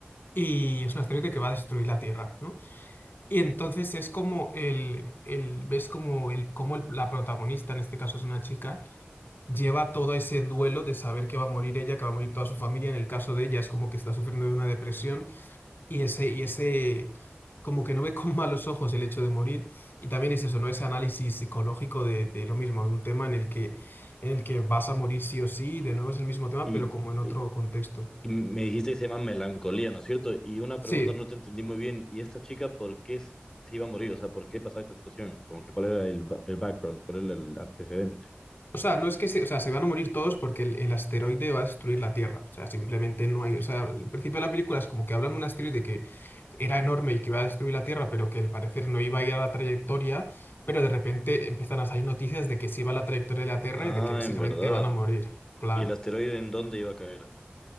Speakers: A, on the left; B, on the left.
A: y es un asteroide que va a destruir la Tierra, ¿no? Y entonces es como el, el ves como el, como el- la protagonista, en este caso es una chica, lleva todo ese duelo de saber que va a morir ella, que va a morir toda su familia. En el caso de ella es como que está sufriendo de una depresión y ese, y ese como que no ve con <laughs> malos ojos el hecho de morir. Y también es eso, ¿no? Ese análisis psicológico de, de lo mismo, de un tema en el que, en el que vas a morir sí o sí, de nuevo es el mismo tema,
B: Y,
A: pero como en otro
B: y-
A: contexto.
B: y me dijiste que se llama Melancolía, ¿no es cierto? Y una
A: Sí,
B: pregunta no te entendí muy bien. ¿Y esta chica por qué se iba a morir? O sea, ¿por qué pasaba esta situación? Como que cuál era el, ba- el background, cuál era el antecedente.
A: o sea, no es que se, o sea, se van a morir todos porque el, el asteroide va a destruir la Tierra. O sea, simplemente no hay. O sea, el principio de la película es como que hablan de un asteroide que era enorme y que iba a destruir la Tierra, pero que al parecer no iba a ir a la trayectoria. Pero de repente empiezan a salir noticias de que sí va a la trayectoria de la Tierra
B: Ah,
A: y de que básicamente
B: en verdad.
A: van a morir. Claro.
B: ¿Y el asteroide en dónde iba a caer?